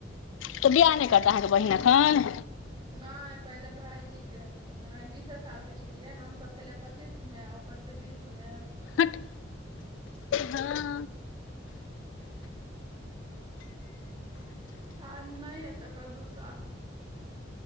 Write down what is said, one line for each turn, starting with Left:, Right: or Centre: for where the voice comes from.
Left: तऽ बियाह नहि करता अहाँके बहिन एखन?
Right: नैय, पहिले भायजीके हेतै तखन, बीसे सालके छै यै, हम सभ केलियै पच्चीस मे आ ओकर से बीस में?
Left: हट हँ।
Right: आ नहि हेतै एकर दू साल।